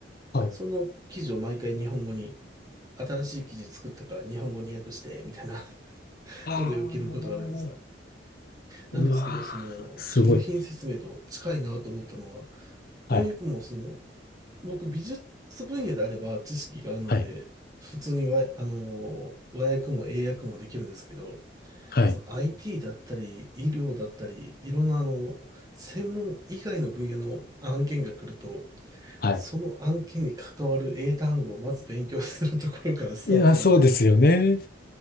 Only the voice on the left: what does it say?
はい。
ああ。
うわー。
すごい。はい。
はい。
はい。
はい。
いやー、そうですよね。